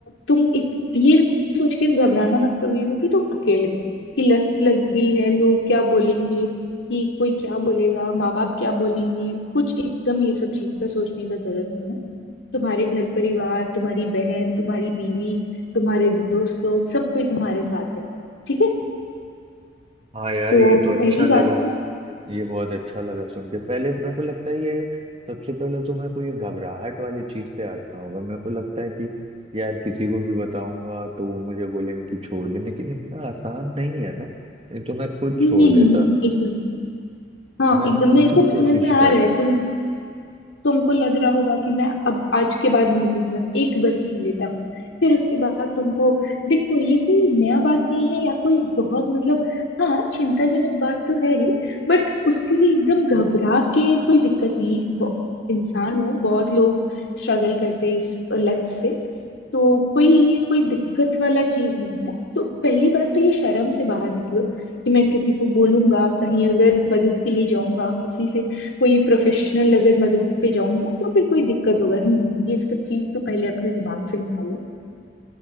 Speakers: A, on the left (about 85°); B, on the right (about 30°).
A: तुम इत, ये सोच के घबराना मत कभी भी कि तुम अकेले हो कि लत लग गई है लोग क्या बोलेंगे कि कोई क्या बोलेगा माँ बाप क्या बोलेंगे कुछ एकदम ये सब चीज का सोचने का जरूरत नहीं है तुम्हारे घर परिवार तुम्हारी बहन तुम्हारी बीवी तुम्हारे दोस्त लोग सब कोई तुम्हारे साथ है ठीक है
B: हाँ यार
A: तो
B: ये तो अच्छा
A: पहली
B: लगा
A: बात तो-
B: ये बहुत अच्छा लगा सुन के पहले मेरे को लगता है ये सबसे पहले तो मेरे को ये घबराहट वाली चीज से हटना होगा मेरे को लगता है कि यार किसी को भी बताऊंगा तो वो मुझे बोलेंगे कि छोड़ दे लेकिन इतना आसान नहीं है ना नहीं तो मैं खुद
A: नहीं
B: छोड़
A: नहीं
B: देता
A: नहीं एकदम हाँ
B: मैं
A: एकदम
B: खुद
A: मेरे
B: ही
A: को
B: कोशिश
A: समझ में आ
B: कर
A: रहा
B: रहा
A: है
B: हूँ
A: तुम तुमको लग रहा होगा कि मैं अब आज के बाद नहीं पीऊंगा एक बस पी लेता हूँ फिर उसके बाद तुमको देखो ये कोई नया बात नहीं है या कोई बहुत मतलब हाँ चिंताजनक बात तो है ही बट उसके लिए एकदम घबरा के कोई दिक्कत नहीं है ब- इंसान हो बहुत लोग स्ट्रगल करते हैं इस लत से तो कोई ये कोई दिक्कत वाला चीज नहीं है तो पहली बात तो ये शर्म से बाहर निकलो कि मैं किसी को बोलूंगा कहीं अगर मदद के लिए जाऊंगा किसी से कोई प्रोफेशनल अगर मदद पे जाऊंगा तो फिर कोई दिक्कत होगा नहीं ये सब चीज तो पहले अपने दिमाग से निकालो